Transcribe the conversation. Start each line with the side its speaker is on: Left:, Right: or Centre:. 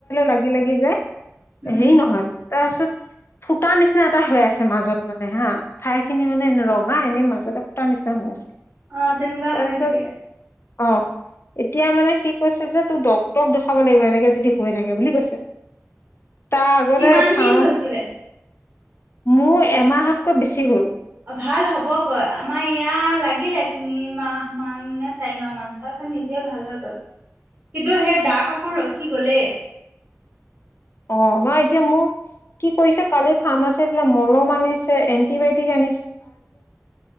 Left: লাগি লাগি যায়
Right: উম
Left: হেৰি নহয় তাৰপিছত ফুটাৰ নিচিনা এটা হৈ আছে মাজত মানে হা ঠাই খিনি মানে এনে ৰঙা এনেই মাজতে ফুটা নিচিনা হৈ আছে।
Right: অ' তেনেকুৱা
Left: তাৰপিছত
Right: হৈ থাকে।
Left: অ' এতিয়া মানে সি কৈছে যে তোৰ ডটক দেখুৱাব লাগিব এনেকে যদি হৈ থাকে বুলি কৈছে তাৰ আগতে
Right: কিমান
Left: ফাৰ্ম
Right: দিন হৈছিলে
Left: আছে মোৰ এমাহতকৈ বেছি হ'ল।
Right: অ ভাল হ'বগৈ আমাৰ ইয়া লাগিলে তিনিমাহ মান নে চাৰিমাহ মান তাৰপছত নিজে ভাল হয় গ'ল।
Left: <inaudible>
Right: কিন্তু সেই দাগ অকণ ৰখি গ'লেই
Left: অ', বাৰু এতিয়া মোক কি কৰিছে কালি ফাৰ্ম আছে পলে মলম আনিছে এন্টিবায়টিক আ